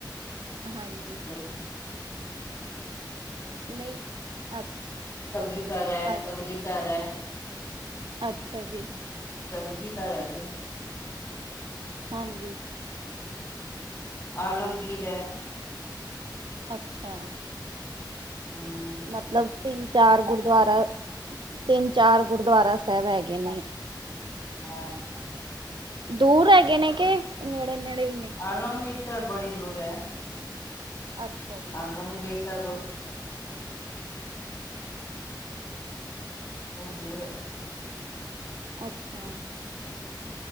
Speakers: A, on the right (about 85°); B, on the left (about 40°).
A: ਹਾਂਜੀ,
B: ਜੀ।
A: ਨਹੀਂ, ਅ
B: ਕਲਗੀ ਧਰ ਹੈ,
A: ਹਾਂ,
B: ਕਲਗੀ ਧਰ ਹੈ।
A: ਅੱਛਾ ਜੀ।
B: ਕਲਗੀ ਧਰ ਐ। ਸੀ।
A: ਹਾਂਜੀ।
B: ਆਲਮਗੀਰ ਏ
A: ਅੱਛਾ
B: ਹੂੰ, <inaudible>
A: ਮਤਲਬ, ਤਿੰਨ ਚਾਰ ਗੁਰ ਤਿੰਨ, ਚਾਰ ਗੁਰਗੁਆਰਾ ਸਾਹਿਬ ਹੈਗੇ ਨੇ
B: ਹਾਂ
A: ਦੂਰ ਹੈਗੇ ਨੇ, ਕਿ ਨੇੜੇ--ਨੇੜੇ ਹੀ ਨੇ?
B: ਆਲਮਗੀਰ, ਤਾਂ ਬੜੀ ਦੂਰ ਹੈ
A: ਅੱਛਾ ਜੀ,
B: ਆਲਮਗੀਰ ਚੱਲੋ ਉਹ ਦੂਰ ਹੈ
A: ਅੱਛਾ।